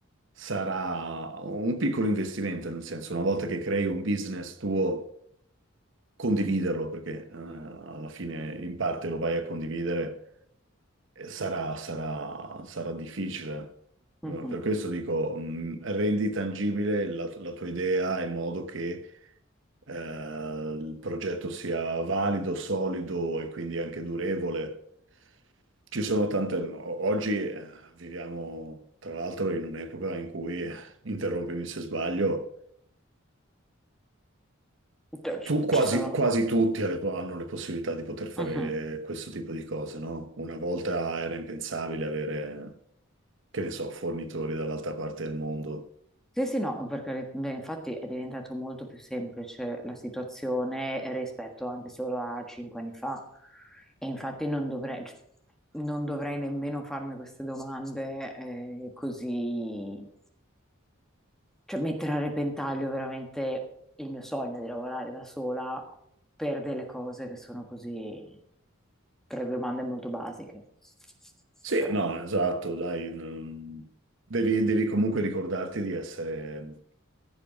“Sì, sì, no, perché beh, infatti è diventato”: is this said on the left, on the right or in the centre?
Centre